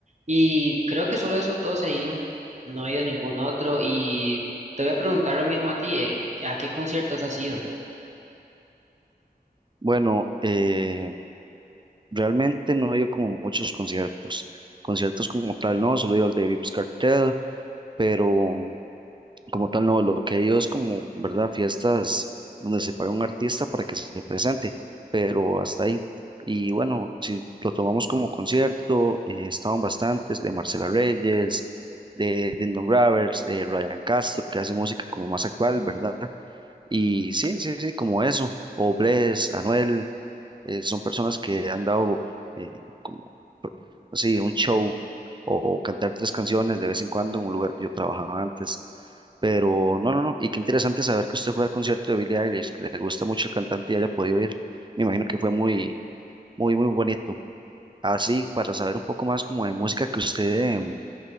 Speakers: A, on the right; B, on the right.
A: Y creo que solo esos dos he ido, no he ido a ningún otro. Y te voy a preguntar lo mismo a ti, eh, ¿a qué conciertos has ido?
B: Bueno, eh, Realmente no he ido como muchos conciertos. Conciertos como tal, no, solo he ido al de Vips Cartel, pero um, como tal, no. Lo que he ido es como, ¿verdad? Fiestas donde se paga un artista para que se presente, pero hasta ahí. Y bueno, si lo tomamos como concierto, eh, estaban bastantes de Marcela Reyes, de Dindon Gravers, de Ryan Castro, que hace música como más actual, ¿verdad? Y sí, sí, sí, como eso, o Bless, Anuel eh, son personas que han dado eh, como pr- así un show o cantar tres canciones de vez en cuando en un lugar que yo trabajaba antes. Pero no, no, no. Y qué interesante saber que usted fue al concierto de Billie Eilish, que le gusta mucho el cantante y haya podido ir. Me imagino que fue muy, muy, muy bonito. Así, para saber un poco más como de música que usted em,